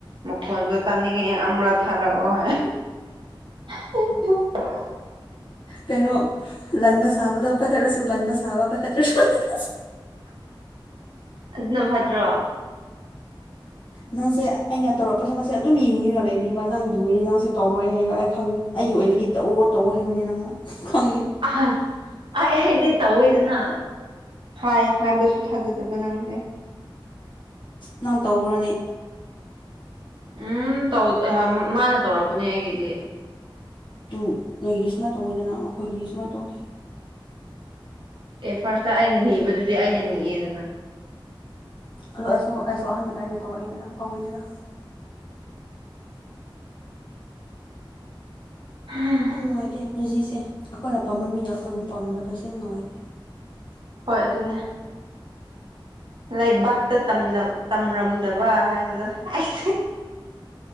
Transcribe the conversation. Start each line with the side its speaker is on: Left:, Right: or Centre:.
Right: ꯃꯈꯣꯟꯗꯣ ꯇꯥꯅꯤꯡꯉꯦ ꯑꯃꯔꯛ ꯊꯥꯔꯛꯑꯣ ꯍꯥꯏ <unintelligible> <unintelligible>
Left: ꯀꯩꯅꯣ ꯂꯟꯕ ꯁꯥꯕꯗꯣ ꯄꯥꯏꯈꯠꯂꯁꯨ ꯂꯟꯕ ꯁꯥꯕ ꯄꯥꯏꯈꯠꯇ꯭ꯔꯁꯨ ꯂꯟ <unintelligible>
Right: ꯑꯗꯨꯅ ꯐꯠꯇ꯭ꯔꯣ
Left: ꯅꯪꯁꯦ ꯑꯩꯅ ꯇꯧꯔꯛꯄꯁꯦ ꯃꯁꯦ ꯑꯗꯨꯝ ꯌꯦꯡꯂꯒ ꯂꯩꯕꯅꯦ ꯃꯥ ꯅꯪꯒꯤ ꯋꯔꯤ ꯅꯪꯁꯦ ꯇꯧꯔꯣꯏ ꯍꯥꯏꯕ ꯑꯩ ꯈꯪꯉꯦ ꯑꯩꯒꯤ ꯑꯣꯏꯕꯒꯤ ꯇꯧꯑꯣ ꯇꯧꯑꯣ ꯍꯥꯏꯕꯅꯤ ꯅꯪꯅ ꯈꯪꯉꯤ
Right: ꯑ ꯑꯩ ꯑꯩꯗꯤ ꯇꯧꯋꯦꯗꯅ ꯍꯥꯏ ꯍꯥꯏꯕꯁꯨ ꯊꯥꯖꯗꯕ ꯅꯪꯁꯦ
Left: ꯅꯪ ꯇꯧꯕ꯭ꯔꯣꯅꯦ
Right: ꯎꯝꯧ ꯃꯥꯅ ꯇꯧꯔꯛꯄꯅꯦ ꯑꯩꯒꯤꯗꯤ
Left: ꯇꯨ ꯅꯣꯏꯒꯤꯗꯤ ꯁꯨꯃꯥꯏꯅ ꯇꯧꯋꯗꯅ ꯑꯩꯈꯣꯏꯒꯤꯗꯤ ꯁꯨꯃꯥꯏꯅ ꯇꯧꯗꯦ
Right: ꯑꯦ ꯐꯥꯔꯁꯇ ꯑꯩꯅ ꯅꯤꯕꯗꯨꯗꯤ ꯑꯩꯅ ꯅꯤꯑꯦꯗꯅ
Left: ꯑꯗꯣ ꯑꯩꯁꯨ ꯑꯩꯁꯨ ꯑꯍꯥꯟꯕꯗ ꯑꯩꯅ ꯇꯧꯔꯛꯏꯗꯅ ꯇꯧꯋꯤꯗꯅ
Right: ꯍꯝ <inaudible>
Left: ꯌꯥꯝ ꯅꯨꯡꯉꯥꯏꯇꯦ ꯄꯨꯟꯁꯤꯁꯦ ꯑꯩꯈꯣꯏꯅ ꯄꯥꯝꯕ ꯃꯤꯅ ꯑꯩꯈꯣꯏꯕꯨ ꯄꯥꯝꯗꯕꯁꯦ ꯌꯥꯝ ꯅꯨꯡꯉꯥꯏꯇꯦ
Right: ꯍꯣꯏ ꯑꯗꯨꯅꯦ ꯂꯩꯕꯛꯇ ꯇꯝꯔꯝꯗꯕ ꯍꯥꯏꯕꯗꯣ ꯑꯩꯁ